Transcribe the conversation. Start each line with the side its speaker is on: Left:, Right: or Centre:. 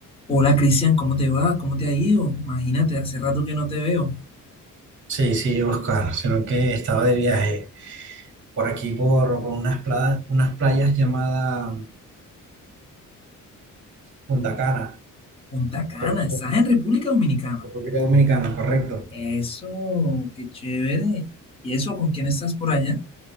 Left: Hola Cristian, ¿cómo te va? ¿Cómo te ha ido? Imagínate, hace rato que no te veo.
Right: Sí, sí, Oscar, sino que estaba de viaje por aquí, por, por unas, pla- unas playas llamadas mm, Punta Cana,
Left: Punta Cana,
Right: por aquí,
Left: estás en República Dominicana.
Right: por República Dominicana, correcto.
Left: Eso, qué chévere. ¿Y eso con quién estás por allá?